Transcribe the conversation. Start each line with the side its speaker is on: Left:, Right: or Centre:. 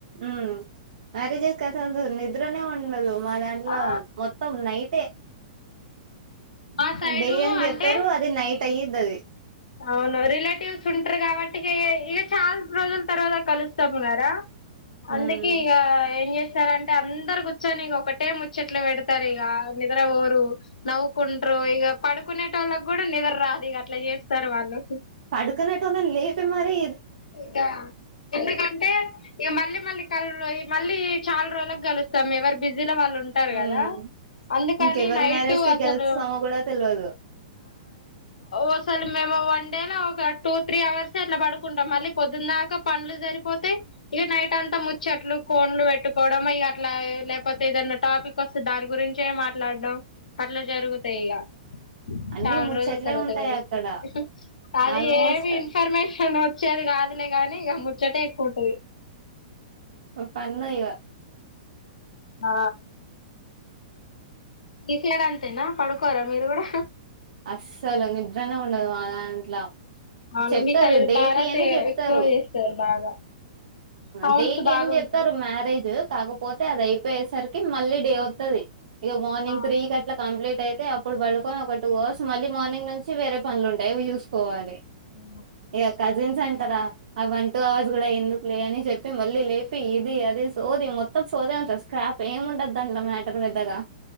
Right: ఉమ్ మ్యారేజెస్ కైతే నిద్రనే ఉండదు మా దాంట్లో
Left: ఆ
Right: మొత్తం నైటే
Left: మా సైడు
Right: డే అని జెప్తరు
Left: అంటే
Right: అది నైట్ అయ్యది అది
Left: అవును రిలేటివ్స్ ఉంటరు గాబట్టి ఇగ చాలా రోజుల తర్వాత కలుస్తాము గారా
Right: ఉమ్
Left: అందుక ఇగ ఏం జె సరే అంటే అందరు కూర్చొని ఇగ ఒకటే ముచ్చట్లు పెడతారు ఇగ నిద్ర బోరు నవ్వుకుంటరు ఓ ఇగ పడుకునే టోళ్ళకి గూడా నిద్ర రాదు ఇగ అట్లా జేస్తరు వాళ్ళు
Right: పడుకునే టోళ్ళను లేపి మరీ
Left: ఇగ ఎందు కం అంటే ఇగ మళ్ళీ మళ్ళీ కలవరు మళ్ళీ చాలా రోజులకి కలుస్తాము ఎవరు బిజీలో వాళ్ అట్లుంటరు
Right: ఉమ్
Left: గదా అందుకని
Right: ఇంకెవరి
Left: నైట్
Right: మ్యారేజ్ కి
Left: అసలు
Right: గెలుస్తామో కూడా తెల్వదు
Left: ఓసలు మేము వన్ డేలో ఒక టూ త్రీ అవర్స్ అట్లా పడు కుంటాం మళ్ళీ పొద్దు దాకా పనులు సరిపోతే ఇగా నైట్ అంతా ముచ్చట్లు కోన్లు పెట్టుకోవడం అట్లా లేకపోతే ఏదన్నా టాపిక్ వస్తే దాని గురించే మాట్లాడడం అట్లా జరుగుతాయి ఇగా
Right: <inaudible>
Left: చాలా
Right: ముచ్చట్లే
Left: రోజుల తర్వాత
Right: ఉంటాయి
Left: గలుస్తే
Right: అక్కడ
Left: అది
Right: ఆల్మోస్ట్
Left: ఏమి ఇన్ఫర్మేషన్ వచ్చి అది గాదులే గానీ ఇగ ముచ్చటే ఎక్కువ ఉంటది
Right: ఓ ఫన్ను ఇగ
Left: ఆ గీసైడ్ అంతేనా పడుకోరా మీరు గూడా
Right: అస్సలు నిద్రనే ఉండదు మా దాంట్ల
Left: అవును
Right: చెప్తరు
Left: మీ సైడ్
Right: డేట్
Left: భారత్
Right: ఇయ్యంగనే జెప్తరు
Left: ఎక్కువ చేస్తారు బాగా సౌండ్స్
Right: డేట్
Left: బాగుంటాయి
Right: ఏం జెప్తరు మ్యారేజ్ కాకపో పోతే అది అయిపోయేసరికి మళ్ళీ డే ఒత్తది ఇగ మార్నింగ్
Left: ఆ
Right: త్రీకి అట్లా కంప్లీట్ అయితే అప్పుడు పడుకొని ఒక టూ అవర్స్ మళ్ళీ మార్నింగ్ నుంచి వేరే పనులు ఉంటాయి అవ్వి చూసుకోవాలి
Left: <inaudible>
Right: ఇక కజిన్స్ అంటారా ఆ వన్ టూ అవర్స్ గూడా ఎందుకు లే అని చెప్తే మళ్ళీ లేపి ఇది అది సోది మొత్తం సోదే ఉంటది స్క్రాప్ ఏమి ఉండదు దాంట్లో మ్యాటర్ పెద్దగా